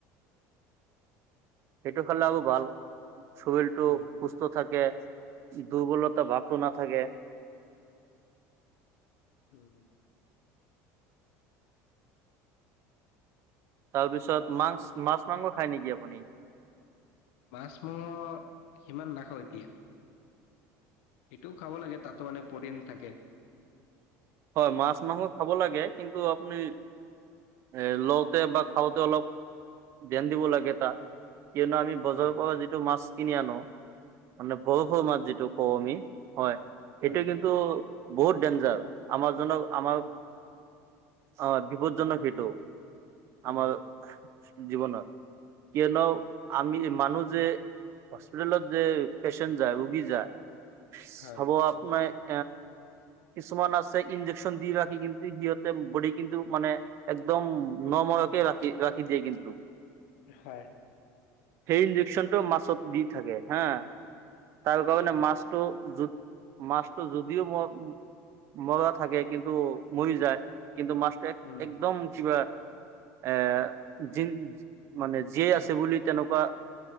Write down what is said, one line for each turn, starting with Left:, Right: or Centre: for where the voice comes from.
Right: সেইটো খালে আবু ভাল শবিলটো
Left: উম
Right: থাকে দুৰ্বলতা ভাব টো না থাকে
Left: উম
Right: তাৰপিছত মাছ মাংস খায় নেকি আপুনি
Left: মাছ মংস সিমান নাখও এতিয়া এইটোও খাব লাগে তাতো মানে প্ৰটিন থাকে
Right: হয় মাছ মাংস খাব লাগে কিন্তু আপুনি এ লওঁতে বা খাওঁতে অলপ ধ্যান দিব লাগে তা কিয়নো আমি বজাৰৰ
Left: হয়
Right: পৰা যিটো মাছ কিনি আনো মানে ভৰফ মাছ যিটো কওঁ আমি হয় সেইটো
Left: হয়
Right: কিন্তু বহুত ডেঞ্জাৰ আমাৰ য আমাৰ
Left: উম
Right: আাৰ বিপদ্জনক সেইটো আমাৰ
Left: উম,
Right: জীৱনত কিয়নো আমি মানু যে হস্পিতেলত যে পেচেণ্ট যায় ৰোগী যায়
Left: হয়
Right: চব আপোনাৰ এ কিছুমান আছে ইন্জেকচন দি ৰাখি কিন্তু সিহঁতে বড কিন্তু মানে একদম নমৰকে ৰাখি ৰাখি দিয়ে কিন্তু
Left: হয়
Right: সেই ইঞ্জেকশ্যন টো মাছত দি থাকে হা তাৰ কাৰে
Left: অ
Right: মাছটো য মাছটো যদিও মই মৰা থাকে কিন্তু মৰি যায় কিন্তু মাছটো এক
Left: উম
Right: একদম কিবা এ য মানে যিয়েই আছে বুলি তেনেকুৱা